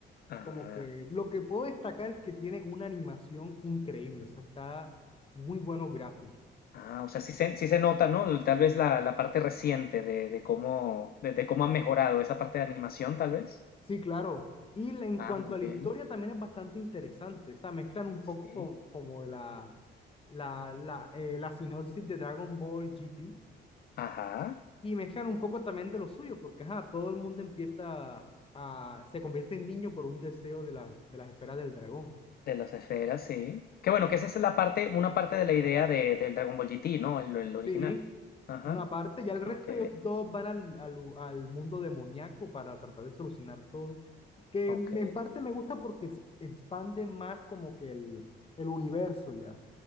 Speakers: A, on the left (about 50°); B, on the left (about 30°).
A: Ah,
B: como que lo que puedo destacar es que tiene una animación increíble, o sea, está muy buenos gráficos.
A: ah o sea, sí se, sí se nota, ¿no? Tal vez la, la parte reciente de, de cómo, de, de cómo ha mejorado esa parte de animación, tal vez.
B: Sí, claro. Y la- en
A: Ah,
B: cuanto
A: muy
B: a
A: bien.
B: la historia también es bastante interesante, o sea, mezclan un
A: Sí.
B: poco co- como, de la, la, la, eh, la sinopsis de Dragon Ball GT
A: Ajá.
B: Y mezclan un poco también de lo suyo, porque ajá, todo el mundo empieza a, se convierte en niño por un deseo de, la- de las esferas del dragón.
A: De las esferas, sí. Que bueno, que esa es la parte, una parte de la idea de, del Dragon Ball GT, ¿no? El, el original.
B: Sí,
A: Ajá.
B: una parte, ya el resto
A: Ok,
B: ellos todos van al, al, al mundo demoníaco para tratar de solucionar todo. Que
A: ok.
B: en parte me gusta porque es- expande más como que el, el universo ya.